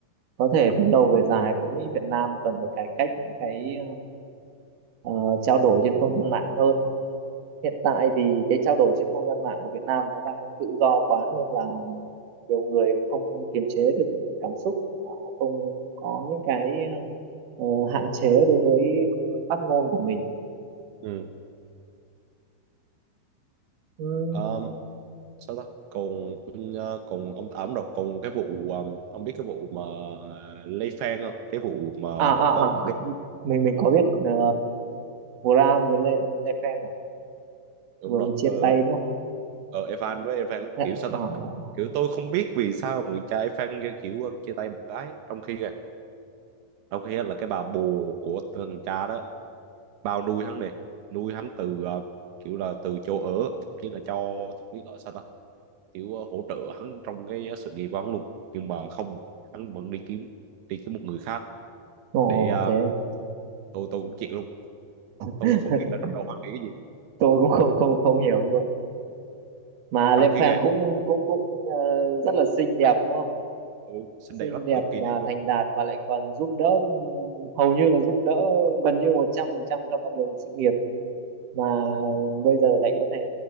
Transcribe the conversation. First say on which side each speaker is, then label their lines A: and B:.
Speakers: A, on the right; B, on the right.
A: có thể về lâu về dài tôi nghĩ Việt Nam cần phải cải cách những cái ờ, ờ, trao đổi trên không gian mạng hơn hiện tại thì cái trao đổi trên không gian mạng của Việt Nam nó đang tự do quá nên là nhiều người không kiềm chế được cảm xúc họ không có những cái ờ, hạn chế đối với phát ngôn của mình
B: ừ.
A: ừ.
B: um, sao ta còn ờ, còn ông à, đúng rồi còn cái vụ ờ, ông biết cái vụ mà Lê Phan không cái vụ mà
A: à à
B: có một
A: à mình mình có biết ờ, Graham với Le, Le Pen à?
B: đúng
A: vừa
B: rồi
A: mới chia
B: ờ,
A: tay đúng không
B: ờ Evan với Evan á,
A: à, à,
B: kiểu sao ta
A: à.
B: kiểu tôi không biết vì sao mà người cha Evan kia kiểu ờ, chia tay một cái trong khi kìa, trong khi á là cái bà bồ của thằng cha đó bao nuôi hắn này nuôi hắn từ ờ, kiểu là từ chỗ ở nghĩa là cho biết gọi sao ta kiểu ờ, hỗ trợ hắn trong cái ờ, sự nghiệp của hắn luôn nhưng mà không hắn vẫn đi kiếm đi kiếm một người khác
A: Ồ,
B: để ờ,
A: thế à?
B: tôi tôi cũng chịu luôn tôi
A: <laughs>
B: cũng không biết là trong đầu hắn nghĩ cái gì
A: tôi cũng không không không hiểu luôn mà Le
B: trong khi
A: Pen
B: nghe
A: cũng cũng cũng ờ, rất là xinh đẹp đúng không
B: tôi xinh
A: xinh
B: đẹp lắm
A: đẹp
B: cực kỳ
A: mà
B: đẹp luôn
A: thành đạt và lại còn giúp đỡ hầu như là giúp đỡ gần như một trăm phần trăm cho con đường sự nghiệp mà bây giờ lại có thể